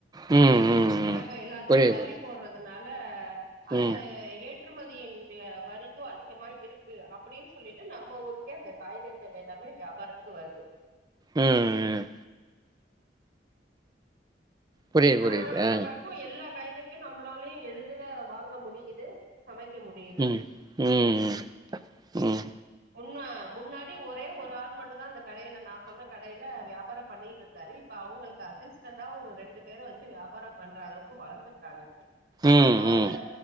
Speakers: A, on the right; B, on the right.
A: ம் ம்
B: ஏன்னா
A: ம்
B: இப்ப எல்லாத்துக்கும்
A: புரியுது
B: வரி
A: புரியுது
B: போடுறதுனால அந்த
A: ம்
B: ஏட் ற்றுமதியின் வே வரிக்கும் அதிகமா இருக்கு அப்படின்னு சொல்லிட்டு நம்ம ஊருக்கே அந்த காய்கறிகள் எல்லாமே வியாபாரத்துக்கு வருது
A: ம் ம் புரியுது புரியுது
B: அதனால
A: ஆ
B: நம்ம இப்போ இருக்கும் எல்லா காய்கறியும் நம்மளால எளுதில வாங்க முடியுது சமைக்க முடியுது
A: ம் ம் ம் ம்
B: முன்ன முன்னாடி ஒரே ஒரு ஆள் மட்டும் தான் அந்த கடையில நான் சொன்ன கடையில வியாபாரம் பண்ணிட்டு இருந்தாரு இப்ப அவங்களுக்கு அசிஸ்டன்டா ஒரு ரெண்டு பேரை வச்சி வியாபாரம் பண்ற அளவுக்கு வளர்ந்துருக்காங்க
A: ம்
B: நம்ம வந்து
A: ம்